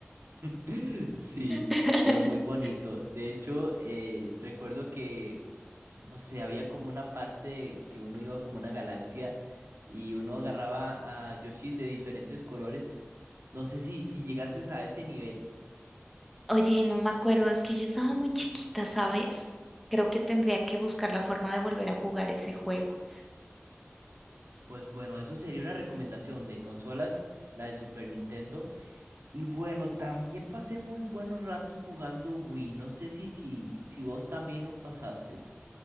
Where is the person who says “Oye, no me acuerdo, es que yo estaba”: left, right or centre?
Centre